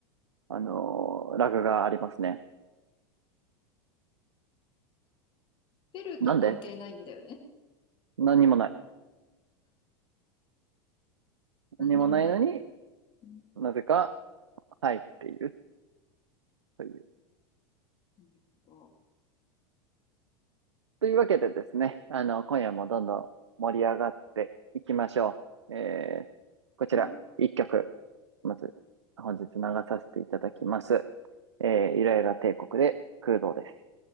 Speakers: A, on the right (about 75°); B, on the left (about 35°).
A: あのーラグがありますね。
B: うん。ペルーとは関係ないんだよね。
A: なんで何にもない。何にもないのに
B: 何にもないんだ。うん
A: なぜか入っているという。
B: なるほど。
A: というわけでですね、あの、今夜もどんどん盛り上がっていきましょう。えー、こちら、
B: うん
A: 一曲、まず、本日流させていただきます。えー、イライラ帝国で、空洞です。